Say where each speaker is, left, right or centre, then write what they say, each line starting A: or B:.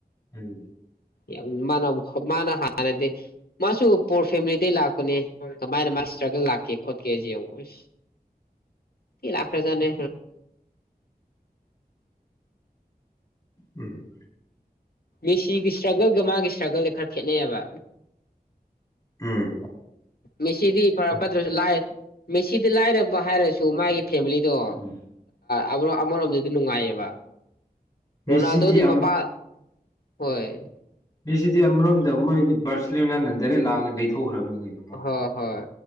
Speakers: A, on the left; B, on the left.
A: ꯎꯝ
B: ꯌꯥꯝ ꯃꯥꯅ ꯃꯥꯅ ꯍꯥꯟꯅꯗꯤ ꯃꯥꯁꯨ ꯄꯣꯔ ꯐꯦꯃꯤꯂꯤꯗ ꯂꯥꯛꯄꯅꯦ ꯀꯃꯥꯏꯅ ꯃꯥ ꯏꯁꯇ꯭ꯔꯒꯜ ꯂꯥꯛꯀꯦ ꯈꯣꯠꯀꯦ ꯌꯦꯡꯉꯣꯏ ꯁꯤ ꯂꯥꯛꯈ꯭ꯔꯖꯥꯠꯅꯤ
A: ꯎꯝ
B: ꯦꯁꯤꯒꯤ ꯏꯁꯇ꯭ꯔꯒꯜꯒ ꯃꯥꯒꯤ ꯏꯁꯇ꯭ꯔꯒꯜꯗ ꯈꯔ ꯈꯦꯅꯦꯕ
A: ꯎꯝ
B: ꯃꯤꯁꯤꯗꯤ ꯐꯔ
A: ꯎꯝ
B: ꯄꯠꯇ꯭ꯔꯁꯨ ꯂꯥꯛꯑ ꯃꯦꯁꯤꯗ ꯁꯤ ꯂꯥꯏꯔꯕ ꯍꯥꯏꯔꯁꯨ ꯃꯥꯒꯤ ꯐꯦꯃꯤꯂꯤꯗꯣ
A: ꯎꯝ
B: ꯑꯗꯨꯕ ꯑꯃꯔꯣꯝꯗꯗꯤ ꯅꯨꯡꯉꯥꯏꯌꯦꯕ
A: ꯃꯦꯁꯤꯗꯤ
B: ꯔꯣꯅꯥꯜꯗꯣꯗꯤ
A: ꯑ
B: ꯃꯄꯥ ꯍꯣꯏ
A: ꯃꯤꯁꯤꯗꯤ ꯑꯃꯔꯣꯝꯗ ꯃꯣꯏꯗꯤ ꯕꯔꯁꯂꯤꯅꯥꯅ ꯗꯥꯏꯔꯦꯛ ꯂꯥꯛꯑꯒ ꯂꯩꯊꯣꯛꯈ꯭ꯔꯕ ꯄꯨꯛꯡ ꯑꯣꯏꯅ
B: ꯍꯣꯏ ꯍꯣꯏ